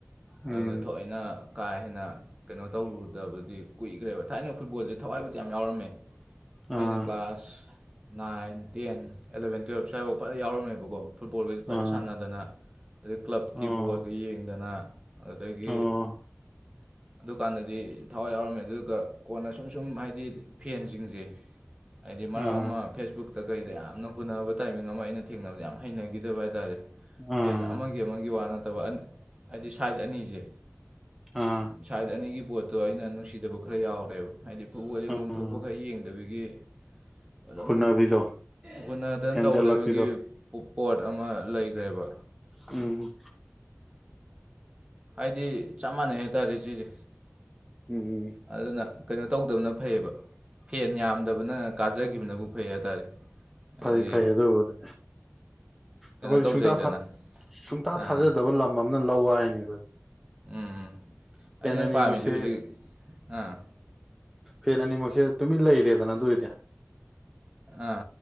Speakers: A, in the centre; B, on the right.
A: ꯎꯝ
B: ꯑꯗꯨꯒ ꯊꯑꯣꯏꯅ ꯀꯥ ꯍꯦꯟꯅ ꯀꯩꯅꯣ ꯇꯧꯔꯨ ꯗꯕꯗꯤ ꯀꯨꯏꯈ꯭ꯔꯦꯕ ꯊꯥꯏꯅ ꯐꯨꯠꯕꯣꯜꯖꯦ ꯊꯋꯥꯏꯕꯨꯗꯤ ꯌꯥꯝ ꯌꯥꯎꯔꯝꯃꯦ
A: ꯑꯥ
B: ꯑꯩꯅ class nine ten eleven twelve ꯁ꯭ꯋꯥꯏꯐꯥꯎ ꯐꯖ ꯌꯥꯎꯔꯝꯃꯦꯕꯀꯣ ꯐꯨꯠꯕꯣꯜꯒꯖꯤ ꯐꯖ
A: ꯑꯥ
B: ꯁꯥꯟꯅꯗꯅ ꯑꯗꯩ ꯀ꯭ꯂꯕꯀꯤ
A: ꯑꯣ
B: ꯕꯣꯜꯒ ꯌꯦꯡꯗꯅ ꯑꯗꯒꯤ
A: ꯑꯣ
B: ꯑꯗꯨꯀꯥꯟꯗꯗꯤ ꯊꯋꯥꯏ ꯌꯥꯎꯔꯝꯃꯦ ꯑꯗꯨꯒ ꯀꯣꯟꯅ ꯁꯨꯝ ꯁꯨꯝ ꯍꯥꯏꯗꯤ ꯐꯦꯟꯖꯤꯡꯖꯦ ꯍꯥꯏꯗꯤ ꯃꯔꯛ
A: ꯑꯥ
B: ꯑꯃ ꯐꯦꯁꯕꯨꯛ ꯇ ꯀꯩꯗ ꯌꯥꯝꯅ ꯍꯨꯟꯅꯕ ꯇꯥꯏꯃꯤꯡ ꯑꯃ ꯑꯩꯅ ꯊꯦꯡꯅꯕꯗ ꯌꯥꯝ ꯍꯩꯅꯒꯤꯗꯕ ꯍꯥꯏꯇꯥꯔꯦ
A: ꯑꯥ
B: ꯐꯦꯟ ꯑꯃꯒꯤ ꯑꯃꯒꯤ ꯋꯥ ꯅꯠꯇꯕ ꯑꯟ ꯍꯥꯏꯗꯤ ꯁꯥꯏꯠ ꯑꯅꯤꯖꯦ
A: ꯑꯥ
B: ꯁꯥꯏꯠ ꯑꯅꯤꯒꯤ ꯄꯣꯠꯇꯣ ꯑꯩꯅ ꯅꯨꯡꯁꯤꯗꯕ ꯈꯔ ꯌꯥꯎꯔꯦꯕ ꯍꯥꯏꯗꯤ ꯐꯨꯠꯕꯣꯜ ꯌꯦꯡꯕꯝ
A: ꯎꯝ
B: ꯊꯣꯛ <unintelligible> ꯌꯦꯡꯗꯕꯤꯒꯤ ꯑꯗꯨꯝ
A: ꯍꯨꯅꯕꯤꯗꯣ
B: ꯍꯨꯟꯅꯗꯅ
A: ꯍꯦꯟꯖꯜꯂꯛꯄꯤꯗꯣ
B: ꯇꯧ ꯂꯩꯕꯒꯤ ꯄꯣ ꯄꯣꯠ ꯑꯃ ꯂꯩꯒ꯭ꯔꯦꯕ
A: ꯎꯝ
B: ꯍꯥꯏꯗꯤ ꯆꯞ ꯃꯥꯟꯅꯩ ꯍꯥꯏꯇꯥꯔꯦ ꯁꯤꯖꯦ
A: ꯎꯝ
B: ꯑꯗꯨꯅ ꯀꯩꯅꯣ ꯇꯧꯗꯕꯅ ꯐꯩꯌꯦꯕ ꯐꯦꯟ ꯌꯥꯝꯗꯕꯅ ꯀꯥꯖꯒꯤꯕꯅꯕꯨ ꯐꯩ ꯍꯥꯏꯇꯥꯔꯦ ꯍꯥꯏꯗꯤ
A: ꯐꯩ ꯐꯩ ꯑꯗꯨꯕꯨꯗꯤ
B: ꯀꯩꯅꯣ
A: ꯑꯈꯣꯏꯗꯤ
B: ꯇꯧꯖꯩꯗꯅ
A: ꯁꯨꯡꯇꯥ ꯊꯥ ꯁꯨꯡꯊꯥ
B: ꯑꯥ
A: ꯊꯥꯖꯗꯕ ꯂꯝ ꯑꯃꯅ ꯂꯧ ꯍꯥꯏꯅꯦ ꯑꯈꯣꯏ
B: ꯎꯝ ꯑꯩꯅ
A: ꯑꯅꯤꯃꯛꯁꯦ
B: ꯄꯥꯝꯃꯤꯖꯤ ꯍꯧꯖꯤꯛ ꯑꯥ
A: ꯐꯦꯟ ꯑꯅꯤꯃꯛꯁꯦ ꯇꯨꯃꯤꯟ ꯂꯩꯔꯦꯗꯅ ꯑꯗꯨ ꯑꯣꯏꯗꯤ
B: ꯑꯥ